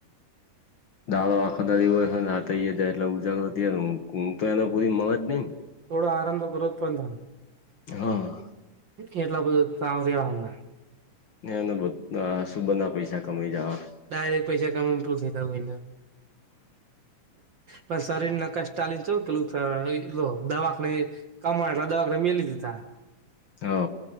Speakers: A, on the left; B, on the right.
A: દારો આખો દારી હોય હાઈ નાતય જાય, એટલે ઉજાગરું <unintelligible> એને પૂરી મગજ નઈન.
B: થોડા આરામ તો કરવો જ પડે <unintelligible>
A: હા.
B: કેટલા બધા <unintelligible>
A: એને બુ અહ સુબંધ ના પૈસા કમાઈ જાવા.
B: ડાયરેક્ટ પૈસા કમાઈ ઇમ્પ્રુવ થતા કોઈના. પણ શરીરને કષ્ટાલીને ચુ પેલું ત જો દવાકને કમાય એટલા દવાકને મેલી દીધા.
A: હો,